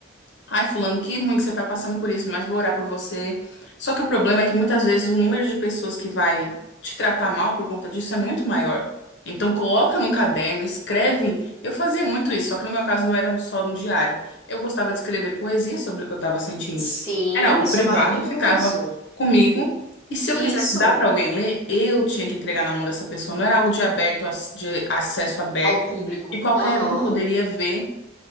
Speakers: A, on the left (about 70°); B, on the left (about 15°).
A: Ai, fulano, que ruim que você tá passando por isso, mas vou orar por você. Só que o problema é que muitas vezes o número de pessoas que vai te tratar mal por conta disso é muito maior. Então coloca num caderno, escreve. Eu fazia muito isso, só que no meu caso não era só no diário. Eu gostava de escrever poesia sobre o que eu estava sentindo.
B: Sim,
A: Era algo
B: isso
A: privado,
B: é maravilhoso.
A: ficava comigo. E se eu
B: Isso
A: quisesse dar para alguém ler, eu tinha que entregar na mão dessa pessoa. Não era algo de aberto, de acesso aberto,
B: ao público.
A: que qualquer
B: Aham,
A: um poderia ver